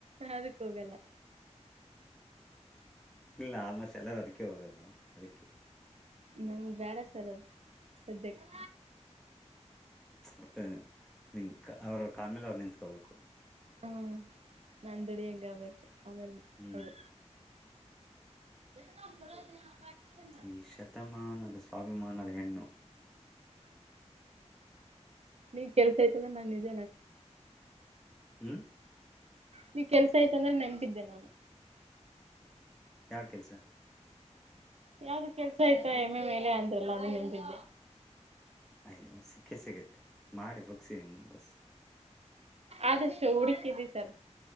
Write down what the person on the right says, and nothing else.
ಅದಕ್ಕ ಹೋಗಲ್ಲ
ಹ್ಮ್ ಬೇಡ ಸರ್ ಅದು ಸದ್ಯಕ್ಕೆ.
ಹ್ಮ್ ನಾನು ದುಡಿಯನ್ ಆಗಬೇಕು ಆಮೇಲೆ
ಅದು <unintelligible>
ನೀ ಕೆಳ್ ಸೈತ ಅಂದ್ರೆ ನಾನು ನಿಜ
ನೀವ ಕೆಲಸ ಯ್ತ ಅಂದ್ರೆ ನೆನಪಿದ್ದೆ ನಾನು.
ಯಾವ್ದು ಕೆಲ್ಸ ಆಯ್ತಾ ಎಮ್ಮೆ ಮೇಲೆ ಅಂದ್ರಲ್ಲ ಅದು ನಂಬಿದ್ದೆ
ಆದಷ್ಟು ಹುಡುಕಿದಿ ಸರ್.